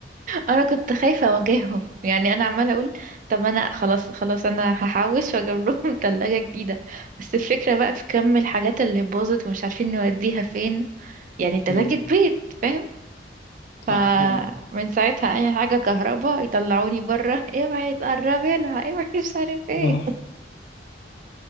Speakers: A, on the right; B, on the left.
A: انا كنت خايفة اواجههم يعني انا عمالة اقول طب انا خلاص خلاص انا هحوش واجيب لهم <laughs> تلاجة جديدة بس الفكرة بقى في كم الحاجات اللي باظت ومش عارفين نوديها فين يعني تلاجة
B: مم.
A: بيت فاهم
B: صح
A: فمن
B: اه
A: ساعتها اي حاجة كهرباء يطلعوني بره <laughs> اوعي تقربي لها اوعي <laughs> مش عارف ايه
B: آه.